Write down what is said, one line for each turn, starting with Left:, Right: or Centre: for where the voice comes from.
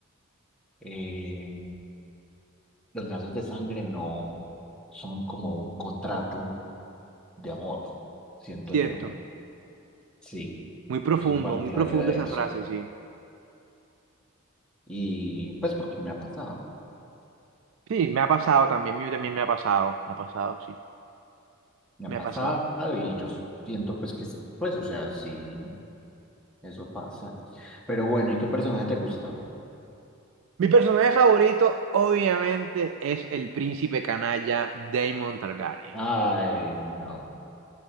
Centre: eh, los lazos de sangre no son como un contrato de amor, siento
Right: Cierto.
Centre: yo. Sí,
Right: Muy profundo,
Centre: yo soy partidario
Right: muy profundo
Centre: de
Right: esa
Centre: eso.
Right: frase, sí.
Centre: Y pues porque me ha pasado.
Right: Sí, me ha pasado también, mío también me ha pasado, me ha pasado, sí,
Centre: me
Right: me
Centre: ha pasado
Right: ha pasado.
Centre: y yo siento pues que, sí, pues, o sea, sí, eso pasa. Pero bueno, ¿y qué personaje te gusta?
Right: Mi personaje favorito, obviamente, es el príncipe canalla Daemon Targaryen.
Centre: Ay, no,